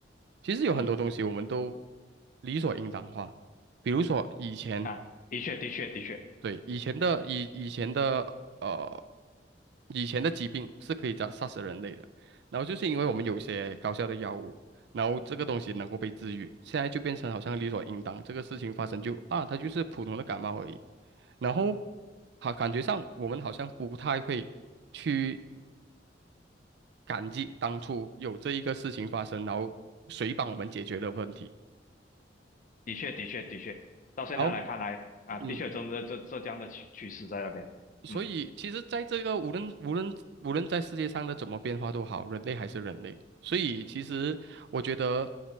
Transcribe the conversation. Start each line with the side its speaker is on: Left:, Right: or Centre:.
Right: 其实有很多东西我们都
Left: 嗯
Right: 理所应当化，比如说以前
Left: 啊，的确的确的确。
Right: 对，以前的以以前的呃，以前的疾病是可以杀杀死人类的，然后就是因为我们有一些高效的药物，然后这个东西能够被治愈，现在就变成好像理所应当，这个事情发生就啊，它就是普通的感冒而已。然后好，感觉上我们好像不太会去感激当初有这一个事情发生，然后谁帮我们解决的问题。
Left: 的确，的确，的确，到现在来看来啊，
Right: 然后，嗯，
Left: 的确有这么这这这样的趋趋势在那边，嗯
Right: 所以，其实，在这个无论无论无论在世界上的怎么变化都好，人类还是人类。所以，其实我觉得，